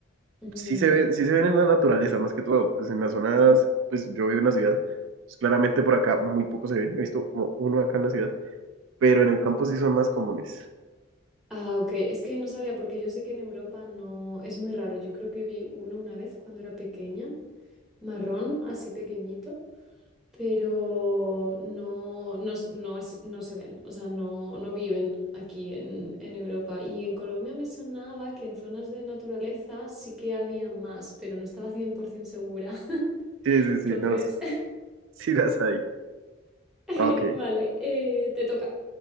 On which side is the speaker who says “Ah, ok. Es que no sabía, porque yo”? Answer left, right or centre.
Centre